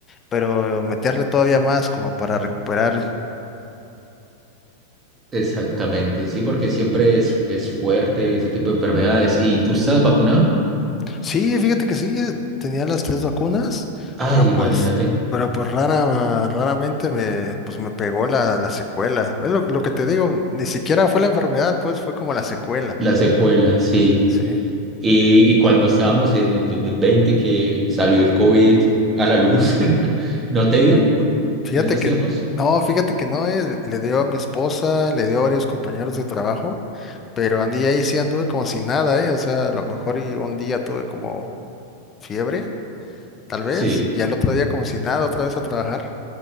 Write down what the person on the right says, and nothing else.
exactamente, sí, porque siempre es, es fuerte ese tipo de enfermedades. ¿Y tú estás vacunado?
Ay,
imagínate.
La secuela, sí.
Y, y cuando estábamos en el 2020 que salió el COVID a la luz, <laughs> ¿no te dio
en esos
tiempos?
Sí.